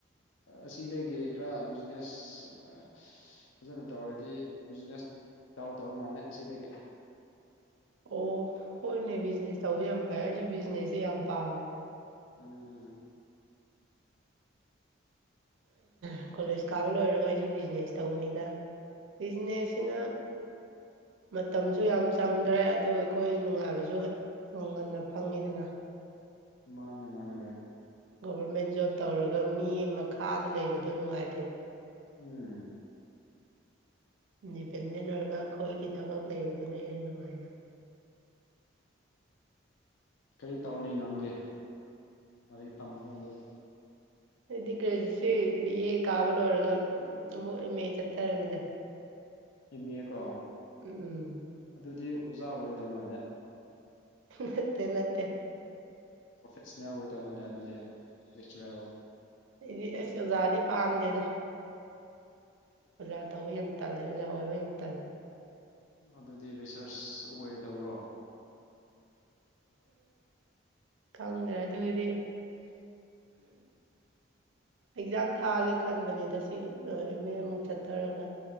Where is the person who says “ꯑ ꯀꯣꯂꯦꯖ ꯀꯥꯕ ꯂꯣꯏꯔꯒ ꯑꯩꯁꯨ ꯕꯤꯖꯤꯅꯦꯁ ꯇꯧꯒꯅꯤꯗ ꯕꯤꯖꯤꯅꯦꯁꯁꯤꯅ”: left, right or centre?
Right